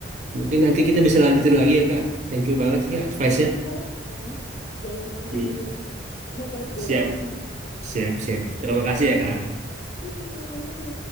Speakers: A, on the right (about 40°); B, on the left (about 40°).
A: <laughs> Mungkin
B: oke
A: nanti
B: nggak
A: kita
B: apa-apa
A: bisa lanjutin lagi ya Kak. Thank you banget ya Kak
B: pokoknya
A: advice-nya.
B: semangat ya jangan pantang
A: Iya.
B: menyerah ya <laughs> terus belajar
A: Siap, siap, siap. Terima kasih ya Kak.
B: oke sama-sama